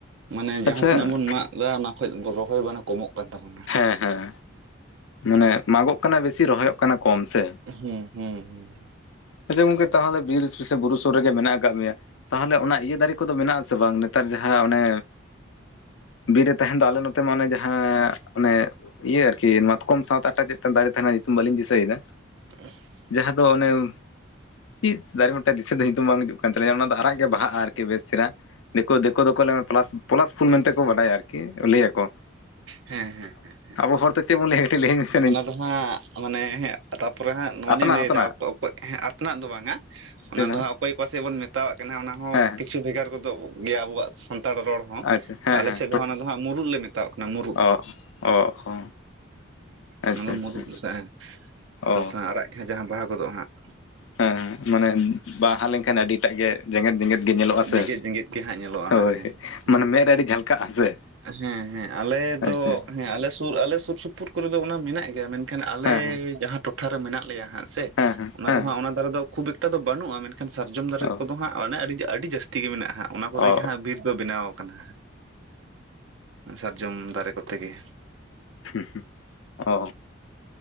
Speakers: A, on the right; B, on the left.
A: ᱢᱟᱱᱮ
B: ᱟᱪᱪᱷᱟ
A: ᱡᱟᱦᱟᱸ ᱛᱤᱱᱟᱹᱜ ᱵᱚᱱ ᱢᱟᱜ ᱫᱟ ᱚᱱᱟ ᱠᱷᱚᱡ ᱨᱚᱦᱚᱭ ᱵᱟᱱᱮ ᱠᱚᱢᱚᱜ ᱠᱟᱱ ᱛᱟᱵᱚᱱᱟ᱾
B: ᱦᱮᱸ ᱦᱮᱸ ᱢᱟᱱᱮ ᱢᱟᱜ-ᱚᱜ ᱠᱟᱱᱟ ᱵᱮᱥᱤ ᱨᱚᱦᱚᱭᱚᱜ ᱠᱟᱱᱟ ᱠᱚᱢ ᱥᱮ᱾
A: ᱦᱩᱸ ᱦᱩᱸ ᱦᱩᱸ
B: ᱟᱪᱪᱷᱟ ᱜᱚᱝᱠᱮ ᱛᱟᱦᱚᱞᱮ ᱵᱤᱨ ᱥᱮ ᱵᱩᱨᱩ ᱥᱩᱨ ᱨᱮᱜ ᱢᱮᱱᱟᱜ ᱟᱠᱟᱫ ᱢᱮᱭᱟ᱾ ᱛᱟᱦᱚᱞᱮ ᱚᱱᱟ ᱤᱭᱟᱹ ᱫᱟᱨᱮ ᱠᱚᱫᱚ ᱢᱮᱱᱟᱜ-ᱟ ᱥᱮ ᱵᱟᱝ ᱱᱮᱛᱟᱨ ᱡᱟᱦᱟᱸ ᱚᱱᱮ ᱵᱤᱨ ᱨᱮ ᱛᱟᱦᱮᱱ ᱫᱚ ᱟᱞᱮ ᱱᱚᱛᱮ ᱢᱟ ᱚᱱᱮ ᱡᱟᱦᱟᱸ ᱚᱱᱮ ᱤᱭᱟᱹ ᱟᱨᱠᱤ ᱢᱟᱛᱠᱚᱢ ᱥᱟᱶᱛᱟ- ᱛᱮ ᱪᱮᱫ ᱫᱟᱨᱮ ᱛᱟᱦᱮᱸᱱᱟ ᱧᱩᱛᱩᱢ ᱵᱟᱹᱞᱤᱧ ᱫᱤᱥᱟᱹᱭᱮᱫᱟ?
A: <inaudible>
B: ᱡᱟᱦᱟᱸ ᱫᱚ ᱚᱱᱮ ᱪᱤᱫ ᱫᱟᱨᱮ ᱢᱤᱫᱴᱮᱡ ᱫᱤᱥᱟᱹ ᱫᱚ ᱧᱩᱛᱩᱢ ᱵᱟᱝ ᱦᱤᱡᱩᱜ ᱠᱟᱱ ᱛᱟᱹᱞᱤᱧᱟ ᱚᱱᱟ ᱫᱚ ᱟᱨᱟᱜ ᱜᱮ ᱵᱟᱦᱟᱜ-ᱟ ᱟᱨᱠᱤ ᱵᱮᱥ ᱪᱮᱦᱨᱟ᱾ ᱫᱤᱠᱳ ᱫᱤᱠᱳ ᱫᱚᱠᱚ ᱞᱟᱹᱭ ᱯᱮᱞᱟᱥ, ᱯᱚᱞᱟᱥ ᱯᱷᱩᱞ ᱢᱮᱱᱛᱮ ᱠᱚ ᱵᱟᱰᱟᱭᱟ ᱟᱨᱠᱤ ᱞᱟᱹ ᱭ ᱟᱠᱚ᱾
A: ᱦᱮᱸ ᱦᱮᱸ ᱦᱮᱸ ᱦᱮᱸ
B: ᱦᱚᱲ ᱛᱮ ᱪᱮᱫ ᱵᱚᱱ ᱞᱟᱹᱭᱟ ᱠᱟᱹᱴᱤᱡ ᱞᱟᱹᱭ ᱤᱧ ᱢᱮ ᱥᱮ᱾
A: ᱚᱱᱟ ᱫᱚ ᱦᱟᱸᱜ ᱢᱟᱱᱮ ᱛᱟᱯᱚᱨᱮ ᱦᱟᱸᱜ ᱱᱚᱣᱟ
B: ᱟᱛᱱᱟᱜ
A: ᱞᱤᱧ ᱞᱟᱹᱭᱫᱟ
B: ᱟᱛᱱᱟᱜ
A: ᱚᱠᱚ ᱚᱠᱚ ᱟᱯᱱᱟᱜ ᱫᱚ ᱵᱟᱝᱟ ᱚᱱᱟ
B: ᱪᱮᱫ ᱠᱟᱱᱟ?
A: ᱫᱚ ᱦᱟᱸᱜ ᱚᱠᱚᱭ ᱯᱟᱥᱮᱡ ᱵᱚᱱ ᱚᱱᱟ ᱚᱱᱟ ᱚᱱᱟ ᱫᱚ ᱦᱟᱸᱜ ᱚᱠᱚᱭ ᱯᱟᱥᱮᱜ ᱵᱚᱱ ᱢᱮᱛᱟᱣᱟᱜ ᱠᱟᱱᱟ ᱚᱱᱟ ᱦᱚᱸ
B: ᱦᱮᱸ
A: ᱠᱤᱪᱷᱩ ᱵᱷᱮᱜᱟᱨ ᱜᱚᱫᱚᱜ ᱜᱮᱭᱟ ᱟᱵᱚᱣᱟᱜ ᱥᱟᱱᱛᱟᱲ ᱨᱚᱲ ᱦᱚᱸ
B: ᱟᱪᱪᱷᱟ ᱦᱮᱸ
A: ᱟᱞᱮ
B: ᱦᱮᱸ
A: ᱥᱮᱫ ᱫᱚ ᱦᱟᱸᱜ ᱚᱱᱟ ᱫᱚ ᱦᱟᱸᱜ ᱢᱩᱨᱩᱜ ᱞᱮ ᱢᱮᱛᱟᱜ ᱠᱟᱱᱟ ᱢᱩᱨᱩᱜ
B: ᱚ ᱚ ᱚ ᱟᱪᱪᱷᱟ
A: ᱚᱱᱟ ᱫᱚ
B: ᱟᱪᱪᱷᱟ
A: ᱢᱩᱨᱩᱫ ᱞᱮᱠᱟ ᱦᱮᱸ
B: ᱚ
A: ᱥᱟᱥᱟᱝ, ᱟᱨᱟᱜ ᱜᱮ ᱡᱟᱦᱟᱸ ᱵᱟᱦᱟ ᱜᱚᱫᱚᱜ-ᱟ ᱦᱟᱸᱜ
B: ᱦᱮᱸ ᱢᱟᱱᱮ ᱵᱟᱦᱟ ᱞᱮᱱᱠᱷᱟᱱ ᱟᱹᱰᱤ ᱮᱴᱟᱜ ᱜᱮ ᱡᱮᱸᱜᱮᱛ ᱡᱮᱸᱜᱮᱛ ᱜᱮ ᱧᱮᱞᱚᱜ-ᱟ ᱥᱮ᱾
A: ᱡᱮᱜᱮᱫ ᱡᱮᱜᱮᱫ ᱜᱮ ᱦᱟᱸᱜ ᱧᱮᱞᱚᱜᱼᱟ
B: ᱦᱳᱭ,
A: ᱚᱱᱟ ᱦᱮᱸ
B: ᱢᱟᱱᱮ
A: ᱦᱮᱸ
B: ᱢᱮᱫ ᱨᱮ ᱟᱹᱰᱤ ᱡᱷᱟᱞᱠᱟᱜ-ᱟ ᱥᱮ
A: ᱦᱮᱸ ᱦᱮᱸ ᱟᱞᱮ
B: ᱟᱪᱪᱷᱟ
A: ᱫᱚ ᱦᱮᱸ ᱟᱞᱮ ᱥᱩᱨ ᱟᱞᱮ ᱥᱩᱨ ᱥᱩᱯᱩᱨ ᱠᱚᱨᱮ ᱫᱚ ᱚᱱᱟ ᱢᱮᱱᱟᱜ ᱜᱮᱭᱟ ᱢᱮᱱ- ᱠᱷᱟᱱ ᱟᱞᱮ
B: ᱦᱮᱸ ᱦᱮᱸ
A: ᱡᱟᱦᱟᱸ ᱴᱚᱴᱷᱟ ᱨᱮ ᱢᱮᱱᱟᱜ ᱞᱮᱭᱟ ᱦᱟᱸᱜ ᱥᱮ᱾
B: ᱦᱮᱸ ᱦᱮᱸ
A: ᱚᱱᱟ
B: ᱦᱮᱸ
A: ᱫᱚ ᱦᱟᱸᱜ ᱚᱱᱟ ᱫᱟᱨᱮ ᱫᱚ ᱠᱷᱩᱵ ᱮᱠᱴᱟ ᱫᱚ ᱵᱟᱹᱱᱩᱜ-ᱟ ᱢᱮᱱ- ᱮᱱᱠᱷᱟᱱ ᱥᱟᱨᱡᱚᱢ ᱫᱟᱨᱮ
B: ᱚ
A: ᱠᱚᱫᱚ ᱦᱟᱸᱜ ᱚᱱᱮ ᱟᱹᱰᱤ ᱟᱹᱰᱤ ᱡᱟᱹᱥᱛᱤ ᱜᱮ ᱢᱮᱱᱟᱜ ᱦᱟᱸᱜ ᱚᱱᱟ ᱠᱚ ᱛᱮᱜᱮ
B: ᱚ
A: ᱦᱟᱸᱜ ᱵᱤᱨ ᱫᱚ ᱵᱮᱱᱟᱣ ᱠᱟᱱᱟ᱾ ᱥᱟᱨᱡᱚᱢ ᱫᱟᱨᱮ ᱠᱚ ᱛᱮᱜᱮ᱾
B: ᱦᱩᱸᱻᱦᱩᱸ ᱚᱻ